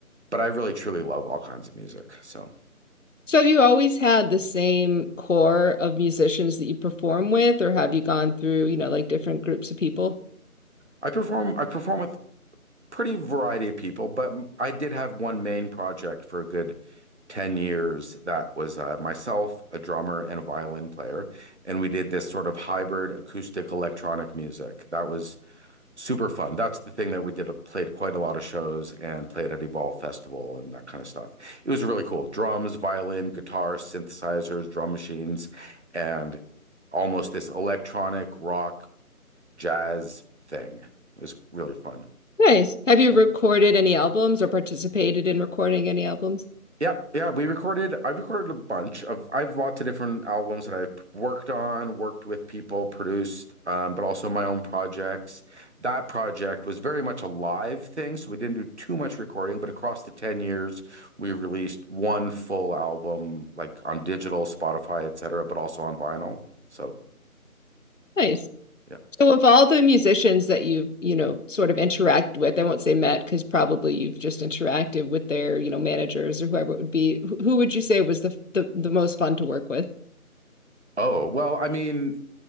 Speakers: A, on the right; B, on the left.
A: But I really truly love all kinds of music. So
B: So have you always had the same core of musicians that you perform with, or have you gone through, you know, like different groups of people?
A: I perform I perform with pretty variety of people, but I did have one main project for a good 10 years that was uh, myself, a drummer, and a violin player. And we did this sort of hybrid acoustic electronic music. That was super fun. That's the thing that we did. uh, Played quite a lot of shows and played at Evolve Festival and that kind of stuff. It was really cool. Drums, violin, guitar, synthesizers, drum machines, and almost this electronic rock jazz thing. It was really fun.
B: Nice. Have you
A: Yeah.
B: recorded any albums or participated in recording any albums?
A: Yeah, yeah, we recorded. I've recorded a bunch of. I've lots of different albums that I've worked on, worked with people, produced, um, but also my own projects. That project was very much a live thing, so we didn't do too much recording. But across the ten years, we released one full album, like on digital, Spotify, etc., but also on vinyl. So
B: Nice.
A: yeah.
B: So of all the musicians that you've, you know, sort of interact with, I won't say met because probably you've just interacted with their, you know, managers or whoever it would be. wh- Who would you say was the the, the most fun to work with?
A: Oh well, I mean,